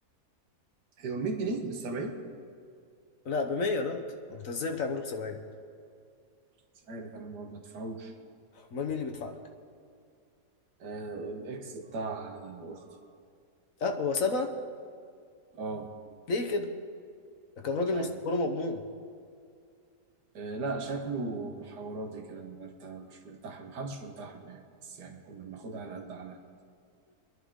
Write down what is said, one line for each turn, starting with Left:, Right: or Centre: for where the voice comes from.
Right: هو 100 جنيه بال 70
Left: لا ب 100 لا انت ازاي بتعمله ب 70
Right: مش عارف انا ما بدفعوش
Left: امال مين اللي بيدفع لك
Right: آه الاكس بتاع آه، اختي
Left: اه هو سبعة
Right: اه
Left: ليه كده ده كان راجل
Right: مش عارف
Left: مستقبله مضمون
Right: آه لا شكله محاوراتي كده مرتاح مش مرتاح له. محدش مرتاح له يعني بس يعني كنا بناخدها على قد على